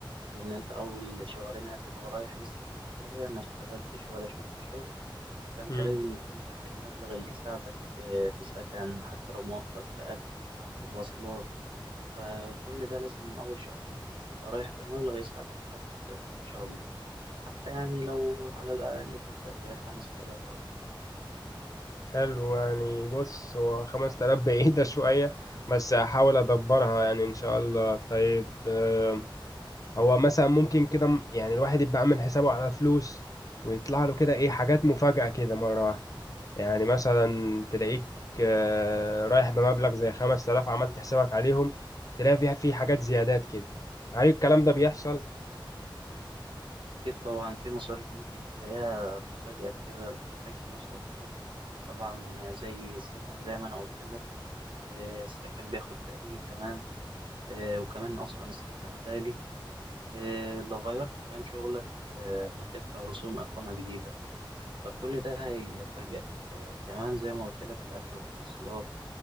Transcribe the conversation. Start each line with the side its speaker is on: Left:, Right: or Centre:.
Right: لأن أنت أول شهرين هتبقى رايح لسه في البداية ما اشتغلتش ولا شفت شغل فأنت
Left: مم.
Right: لازم يكون معاك المبلغ اللي يساعدك آه، في سكن حتى لو مؤقت في أكل ومواصلات فكل ده لازم أول شهرين يبقى تبقى رايح بمبلغ يساعدك لحد ما تقبض إن شاء الله حتى يعني لو على الأقل تبدأ بخمس تلاف أو حاجة
Left: حلو يعني بص هو 5000 بعيدة <laughs> شوية بس هحاول ادبرها يعني ان شاء الله طيب آه هو مثلا ممكن كده م- يعني الواحد يبقى عامل حسابه على فلوس ويطلع له كده ايه حاجات مفاجأة كده مرة واحدة يعني مثلا تلاقيك آه، رايح بمبلغ زي 5000 عملت حسابك عليهم تلاقي فيها في حاجات زيادات كده هل الكلام ده بيحصل
Right: أكيد طبعا في مصاريف ممكن تلاقيها بتفاجئك كده بتحتاج فلوس أكتر طبعا زي السكن زي ما أنا قلت لك آه، السكن بياخد تأمين كمان آه، وكمان أصلا السكن غالي آه، لو غيرت كمان شغلك آه، هتدفع رسوم إقامة جديدة فكل ده هيفاجئك آه، كمان زي ما قلت لك الأكل والمواصلات